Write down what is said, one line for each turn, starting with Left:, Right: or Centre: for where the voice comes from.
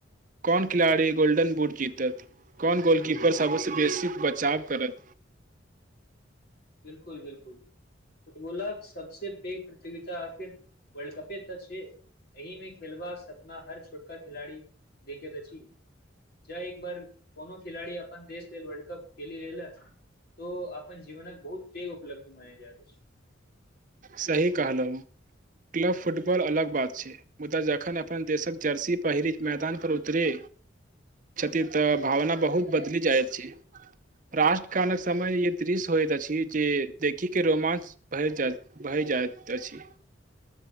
Right: कौन खिलाड़ी गोल्डन बुट जीतत, कौन गोलकीपरसँ सबसँ बेसी बचाव करत?
Left: बिल्कुल, बिल्कुल। फुटबॉलक सबसे पैघ प्रतियोगिता आखिर वर्ल्ड कपे तऽ छै एहिमे खेलबासॅं सपना हर छोटका खिलाड़ी देखैत अछि जाहि पर कोनो खेलारी अपन देश लेल वर्ल्ड कप खेलि लेलक तो अपन जीवनक बहुत पैघ उपलब्धि मानि रहल छइ।
Right: सही कहलहुँ, क्लब फुटबॉल अलग बात छै मुदा जखन अपन देशक जर्सी पहिरी मैदान पर उतरै छथिन तऽ भावना बहुत बदलि जाइत छै। राष्ट्र कालक समय ये दृश्य होइत अछि जे देखीके रोमांच भरि जाइत भरि जाएत अछि।